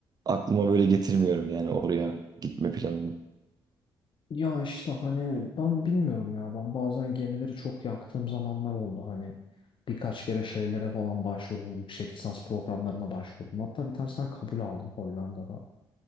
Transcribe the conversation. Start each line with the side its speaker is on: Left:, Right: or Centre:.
Right: aklıma böyle getirmiyorum yani oraya gitme planını.
Left: Ya işte hani ben bilmiyorum ya ben bazen gemileri çok yaktığım zamanlar oldu hani birkaç kere şeylere falan başvurdum yüksek lisans programlarına başvurdum hatta bir tanesinden kabul aldım Hollanda'da